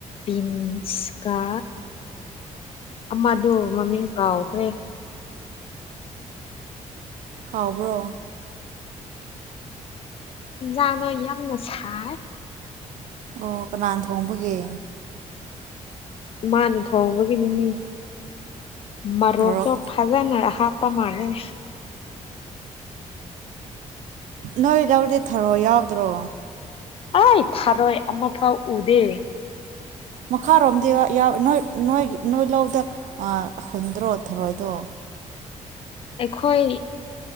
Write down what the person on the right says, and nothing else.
ꯍꯥꯎꯕ꯭ꯔꯣ
ꯑꯣ ꯀꯅꯥ ꯊꯣꯡꯕꯒꯦ
ꯃꯣꯔꯣꯛ
ꯅꯣꯏ ꯂꯧꯗꯤ ꯊꯔꯣꯑꯣ ꯌꯥꯎꯗ꯭ꯔꯣ
ꯃꯈꯥꯔꯣꯝꯗꯤ ꯅꯣꯏ ꯅꯣꯏ ꯅꯣꯏ ꯂꯧꯗ ꯍꯨꯟꯗ꯭ꯔꯣ ꯊꯔꯣꯏꯗꯣ